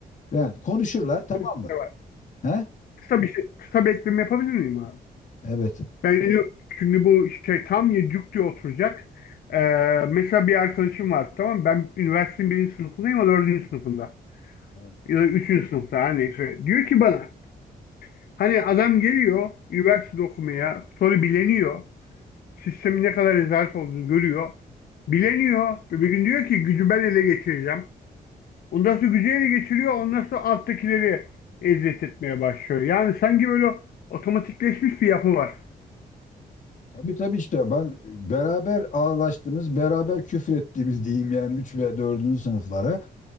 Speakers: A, on the left; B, on the left.
A: yani konuşurlar tamam
B: Öyle bir
A: mı?
B: şey var.
A: He?
B: Kısa bir şey, kısa bir ekleme yapabilir miyim abi?
A: Evet.
B: Ben yine- çünkü bu şey tam yedi diye oturacak. Ee, mesela bir arkadaşım var tamam mı? Ben üniversitenin birinci sınıfındayım o dördüncü sınıfında.
A: Evet.
B: Ya da üçüncü sınıfta hani. Diyor ki bana Hani adam geliyor üniversite okumaya, sonra bileniyor. sistemin ne kadar rezalet olduğunu görüyor. Bileniyor
A: evet.
B: ve bir gün diyor ki gücü ben ele geçireceğim. Ondan sonra gücü ele geçiriyor. Ondan sonra alttakileri eziyet etmeye başlıyor. Yani sanki böyle otomatikleşmiş bir yapı var.
A: Tabii tabii işte ben beraber ağlaştığımız, beraber küfür ettiğimiz diyeyim yani 3 ve dördüncü sınıflara.